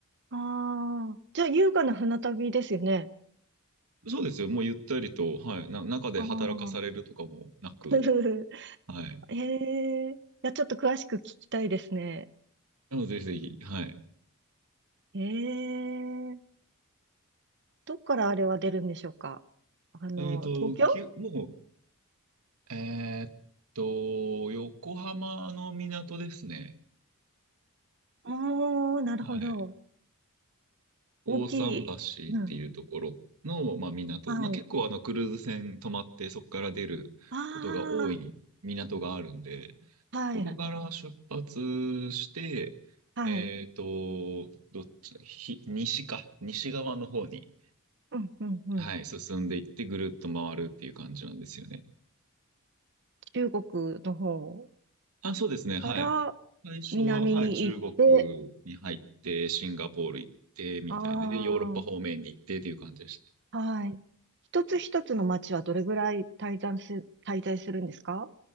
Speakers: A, on the right; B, on the right.
A: ああ、じゃあ優雅な船旅ですよね。
B: そうですよ。もうゆったりと、はい。な、中で働かされるとかもなく、
A: ああ。<laughs>
B: はい。
A: へえ。いや、ちょっと詳しく聞きたいですね。
B: なので、ぜひぜひ、はい。
A: ええ。どっからあれは出るんでしょうかあの、
B: えっと、
A: 東京
B: き、もうえーっと、横浜の港ですね。
A: おー、なるほど。
B: はい。大桟橋っていうところの、
A: 大きい。うん。
B: まあ、港。
A: はい。
B: まあ、結構あのクルーズ船泊まってそこから出ることが多い港があるんで、
A: ああ、はい。
B: そこから出発して、
A: はい。
B: えーっと、どっちだ、ひ、西か、西側の方に、
A: うん、うん、うん。
B: はい、進んでいってぐるっと回るっていう感じなんですよね。
A: 中国の方
B: あ、そうですね。はい。
A: から
B: 最初は、
A: 南に行って、
B: はい、中国に入って、シンガポール行って、みたいな。
A: ああ
B: で、ヨーロッパ方面に行ってっていう感じでしたね。
A: はい。一つ一つの町はどれぐらい滞在す、滞在するんですか